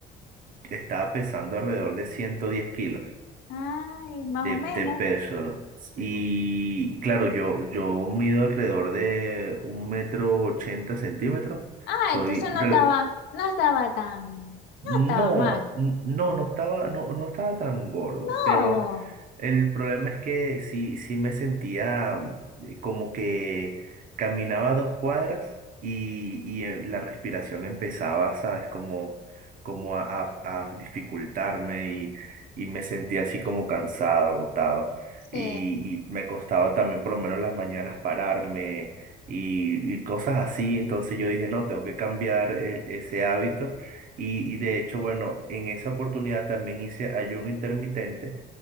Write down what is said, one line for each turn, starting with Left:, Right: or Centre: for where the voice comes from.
Right: estaba pesando alrededor de 110 kilos
Left: Ay, más
Right: de,
Left: o menos.
Right: de peso. Y, y claro, yo, yo mido alrededor de un metro ochenta centímetros.
Left: Ah,
Right: Soy
Left: entonces no
Right: re-
Left: estaba, no estaba tan, no
Right: No,
Left: estaba mal.
Right: n- no, no estaba, no, no estaba tan gordo,
Left: No.
Right: pero el problema es que sí, sí me sentía mm, eh, como que caminaba dos cuadras y, y, eh, la respiración empezaba, ¿sabes? Como, como a, a- a dificultarme y, y me sentía así como cansado, agotado.
Left: Sí.
Right: Y, y me costaba también por lo menos las mañanas pararme y, y cosas así. Entonces yo dije, no, tengo que cambiar el- ese hábito. Y, y de hecho, bueno, en esa oportunidad también hice ayuno intermitente